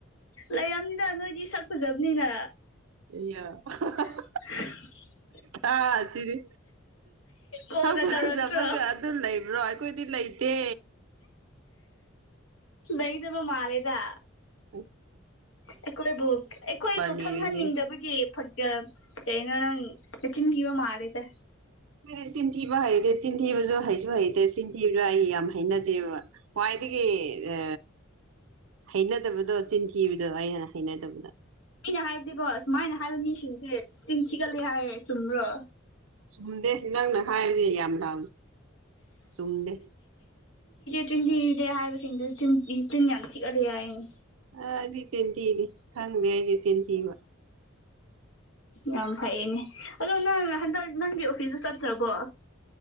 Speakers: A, on the left (about 70°); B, on the right (about 75°).
A: ꯂꯩ ꯌꯥꯝꯅꯤꯗ ꯅꯣꯏꯗꯤ ꯁꯛ ꯐꯖꯕꯅꯤꯅ
B: ꯍ
A: <unintelligible>
B: ꯍꯥꯥ ꯁꯤꯗꯤꯦ
A: ꯀꯣꯜꯒ
B: ꯁꯧꯒꯖꯕꯒ
A: ꯇꯧꯔꯛꯇ꯭ꯔꯣ
B: ꯑꯗꯨꯝ ꯂꯩꯕ꯭ꯔꯣ ꯑꯩꯈꯣꯏꯗꯤ ꯂꯩꯇꯦ
A: ꯩꯗꯕ ꯃꯥꯔꯦꯗ
B: ꯎ
A: ꯑꯩꯈꯣꯏꯕꯨ ꯑꯩꯈꯣꯏꯕꯨ
B: ꯅꯤꯔꯤꯁꯦ
A: ꯈꯪꯍꯟꯅꯤꯡꯗꯕꯒꯤ ꯐ ꯀꯩꯅꯣ ꯅꯪ ꯂꯆꯤꯟ ꯀꯤꯕ ꯃꯥꯔꯤꯦꯗ
B: ꯗꯤ ꯆꯤꯟꯊꯤꯕ ꯍꯩꯇꯦ ꯆꯤꯟꯊꯤꯕꯁꯨ ꯍꯩꯁꯨ ꯍꯩꯇꯦ ꯆꯤꯟꯊꯤꯕꯁꯨ ꯑꯩ ꯌꯥꯝ ꯍꯩꯅꯗꯦꯕ ꯋꯥꯏꯗꯒꯤ ꯑ ꯍꯩꯅꯗꯕꯗꯣ ꯆꯤꯟ ꯊꯤꯈꯤꯕꯗꯣ ꯑꯩꯅ ꯍꯩꯅꯗꯕꯗ
A: ꯍꯥꯏꯕꯗꯤꯣ ꯍꯥꯏ ꯆꯤꯡꯁꯤꯤꯀ ꯂꯩ ꯍꯥꯏꯌꯦ ꯆꯨꯝ꯭ꯔꯣ
B: ꯆꯨꯝꯗꯦ ꯅꯪꯅ ꯍꯥꯏꯔꯤꯌꯦ ꯌꯥꯝ ꯂ ꯆꯨꯝꯗꯦ
A: ꯆꯤꯟꯊꯗꯦ ꯍꯥꯏꯕꯁꯤꯡꯗ ꯆ ꯆꯤꯟ ꯌꯥꯝ ꯊꯤꯛꯍꯂꯦ ꯍꯥꯏꯏꯅꯦ
B: ꯑ ꯑꯩꯗꯤ ꯆꯦꯟꯊꯤꯅꯤ ꯈꯪꯗꯦ ꯑꯩꯗꯤ ꯆꯦꯟꯊꯤꯕ
A: ꯌꯥꯝ ꯐꯩꯌꯦꯅꯦ ꯑꯗꯣ ꯅꯪ ꯍꯟꯗꯛ ꯅꯪꯒꯤ ꯑꯣꯐꯤꯁꯇ ꯆꯠꯇ꯭ꯔꯕꯣ